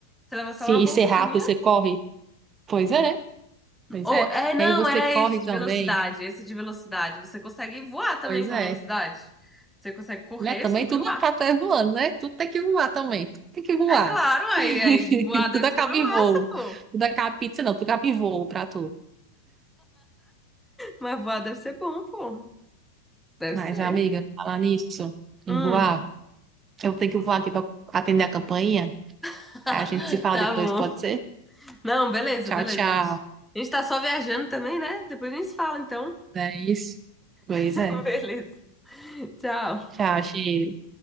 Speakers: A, in the centre; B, on the right.
A: Você leva só
B: se,
A: uma bolsinha.
B: e ser rápido, você corre. Pois é, pois
A: Ou,
B: é.
A: é, não,
B: E aí você
A: era
B: corre
A: esse de
B: também.
A: velocidade, esse de velocidade. Você consegue voar
B: Pois
A: também com
B: é.
A: a velocidade. Você consegue correr
B: Né? Também
A: sobre
B: tudo
A: o ar.
B: tá até voando, né? Tudo tem que voar também. Tudo tem que voar.
A: É claro, aí,
B: <laughs>
A: aí voar
B: Tudo
A: deve
B: acaba
A: ser uma
B: em
A: massa,
B: voo.
A: pô.
B: Tudo acaba em pizza, não. Tudo acaba em voo pra tu.
A: Mas voar deve ser bom, pô. Deve
B: Mas,
A: ser.
B: amiga, falar nisso, em
A: Hum,
B: voar. Eu tenho que voar aqui para atender a campainha.
A: <laughs>
B: A gente se fala
A: tá
B: depois,
A: bom.
B: pode ser?
A: Não, beleza,
B: Tchau,
A: beleza,
B: tchau.
A: gente. A gente tá só viajando também, né? Depois a gente se fala, então.
B: É isso. Pois
A: <laughs>
B: é.
A: Beleza. Tchau.
B: Tchau, X.